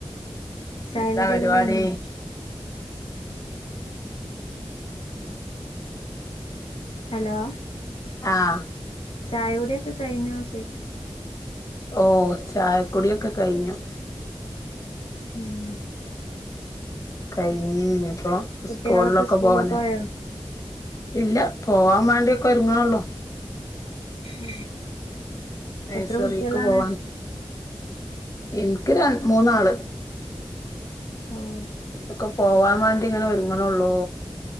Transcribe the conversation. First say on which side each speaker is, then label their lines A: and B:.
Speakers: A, on the left; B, on the left.
A: ചായ
B: എന്താ
A: കുടിയെല്ലാം
B: പരിപാടി
A: കഴിഞ്ഞ് ഹലോ
B: ആഹ്
A: ചായകുടിയൊക്കെ കഴിഞ്ഞോ ചോയ്ക്ക
B: ഓ ചായ കുടിയൊക്കെ കഴിഞ്ഞു
A: ഉം
B: കഴിഞ്ഞ് ഇനിപ്പോ
A: കുട്ടികളൊക്കെ
B: സ്കൂള്ളൊക്ക
A: സ്കൂളിൽ
B: പോവാനെ
A: പോയോ
B: ഇല്ല പോവാൻ മാണ്ടിയൊക്കെ ഒരുങ്ങണെള്ളോ
A: ഉ
B: നഴ്സറിക്ക്
A: എത്ര കുട്ട്യാളാണ്
B: പോവാൻ എനിക്ക് രണ് മൂന്നാള്
A: ആഹ
B: ഇതൊക്കെ പോവാൻ വേണ്ടി ഇങ്ങനെ ഒരുങ്ങണെള്ളൂ